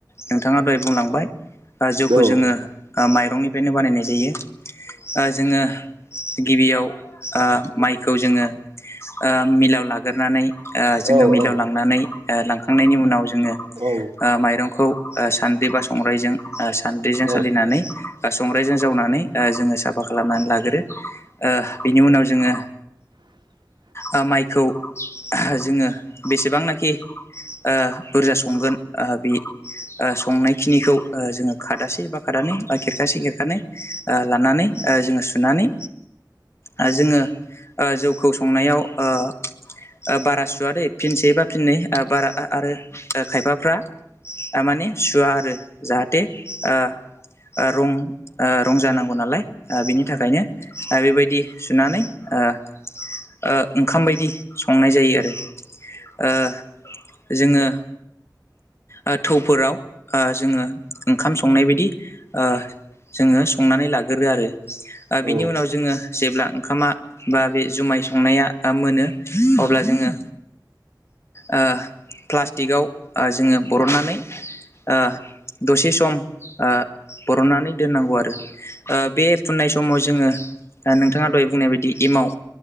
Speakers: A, on the left (about 35°); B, on the right (about 85°).
A: नोंथाङा दहाय बुंलांबाय ओ जौखौ
B: औ
A: जोङो ओ माइरंनिफ्रायनो बानायनाय जायो। ओ जोङो गिबियाव ओ माइखौ जोङो ओ मिलाव लागोरनानै ओ जोङो
B: औ
A: मिलाव
B: औ
A: लांनानै ओ लांखांनायनि उनाव जोङो ओ
B: औ
A: माइरंखौ ओ सान्द्रि बा संग्राइजों ओ सान्द्रिजों
B: औ नंगौ औ
A: सालिनानै ओ संग्राइजों जावनानै ओ जोङो साफा खालामनानै लागोरो। ओ बिनि उनाव जोङो
B: <inaudible>
A: ओ माइखौ जोङो बेसेबांनाखि ओ बुरजा संगोन ओ बि ओ संनाय खिनिखौ ओ जोङो खादासे बा खादानै ओ खेरखासे खेरखानै ओ लानानै ओ जोङो सुनानै ओ जोङो ओ जौखौ संनायाव ओ ओ बारा सुवादै फिनसेबा फिननै बारा ओ आ-आरो खायफाफ्रा ओ माने सुवा आरो जाहाथे ओ ओ रं ओ रं जानांगौ नालाय। ओ बिनि थाखायनो ओ बेबायदि सुनानै ओ ओ ओंखाम बायदि संनाय जायो आरो। ओ जोङो ओ थौफोराव जोङो ओ ओंखाम सं नाय बायदि ओ जोङो संनानै लागोरो आरो। ओ
B: औ
A: बिनि उनाव जोङो जेब्ला ओंखामा बा बे जुमाय संनाया ओ मोनो अब्ला जोङो ओ प्लास्टिकआव ओ जोङो बरननानै ओ दसे सम ओ बरननानै दोननांगौ आरो। ओ बे फुननाय समाव जोङो नोंथाङा दहाय बुंनाय बायदि एमाव